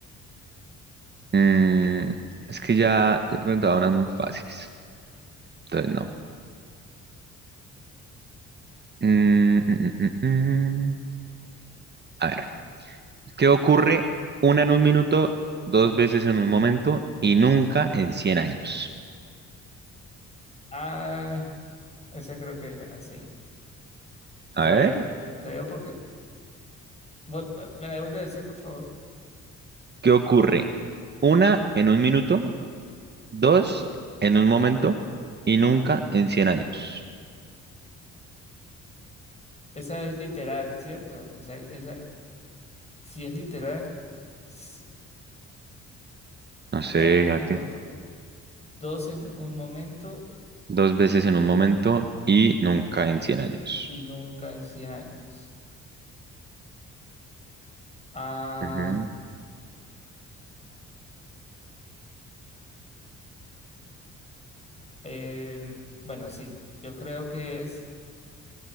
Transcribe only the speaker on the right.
mm, es que ya, ya te preguntaba unas muy fáciles, entonces no. Mm, mm, mm, mm, mm. A ver, ¿qué ocurre una en un minuto, dos veces en un momento y nunca en 100 años?
A ver,
¿qué ocurre? Una en un minuto, Dos en un momento y nunca en 100 años.
No
sé,
¿a qué?
Dos veces en un momento y nunca en 100 años.
Ujú.